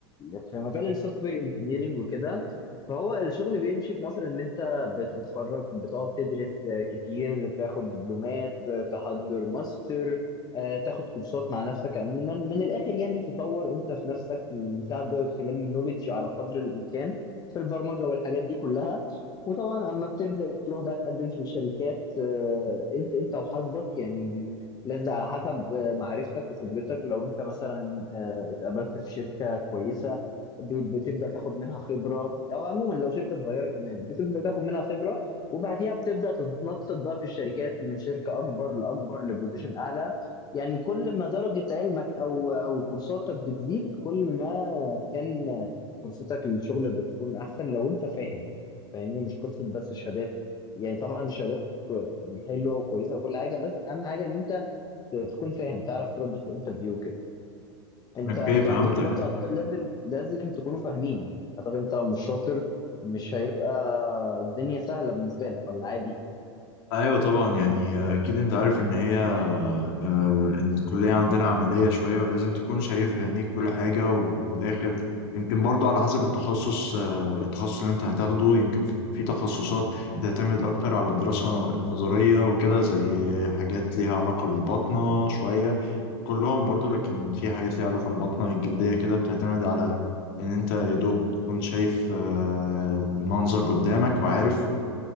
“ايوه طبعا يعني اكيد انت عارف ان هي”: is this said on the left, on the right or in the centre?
Left